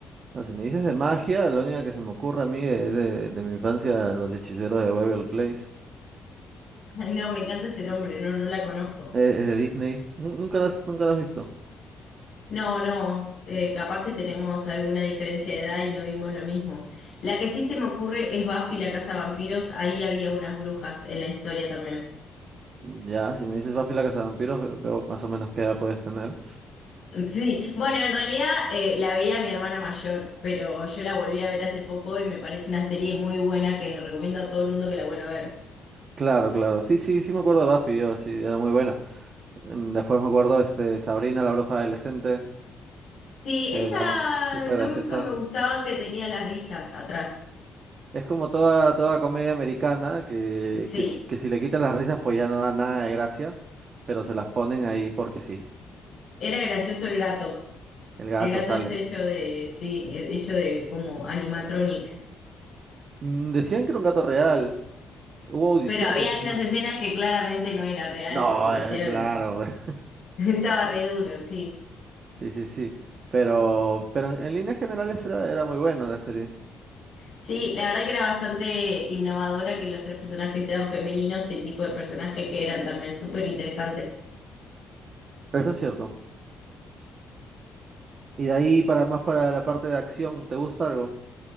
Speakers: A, on the right; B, on the left.
A: No, si me dices de magia, la única que se me ocurre a mí de, de, de mi infancia, los hechiceros de Waverly Place,
B: No, me encanta ese nombre, no, no la conozco.
A: eh, es de Disney. Nu- Nunca las, nunca las has visto.
B: No, no, eh, capaz que tenemos alguna diferencia de edad y no vimos lo mismo. La que sí se me ocurre es Buffy la Casa de Vampiros, ahí había unas brujas en la historia también. <laughs>
A: Ya, si me dices Buffy la Cazavampiros, ve- veo más o menos qué edad puedes tener.
B: Sí, bueno, en realidad eh, la veía mi hermana mayor, pero yo la volví a ver hace poco y me parece una serie muy buena que recomiendo a todo el mundo que la vuelva a ver.
A: Claro, claro. Sí, sí, sí me acuerdo de Buffy, yo, sí, era muy buena. Em, Después me acuerdo este Sabrina, la bruja adolescente,
B: Sí,
A: que
B: esa
A: era súper
B: nunca
A: graciosa.
B: me gustaba que tenía las risas atrás.
A: Es como toda, toda comedia americana, que,
B: Sí,
A: que, si que si le quitan las risas pues ya no da nada de gracia, pero se las ponen ahí porque sí.
B: era gracioso el gato.
A: El gato
B: El gato
A: sale.
B: es hecho de, sí, eh, hecho de como animatronic.
A: Mm, decían que era un gato real. Hubo audiciones,
B: Pero había
A: es
B: unas
A: más.
B: escenas que claramente no era real
A: No,
B: porque lo
A: eh,
B: hacían.
A: claro, <laughs> pues.
B: <laughs> Estaba re duro, sí.
A: Sí, sí, sí. Pero, pero en, en líneas generales era, era muy buena la serie.
B: Sí, la verdad que era bastante innovadora que los tres personajes sean femeninos y el tipo de personaje que eran también súper interesantes.
A: Eso es cierto. Y de ahí para más para la parte de acción, ¿te gusta algo?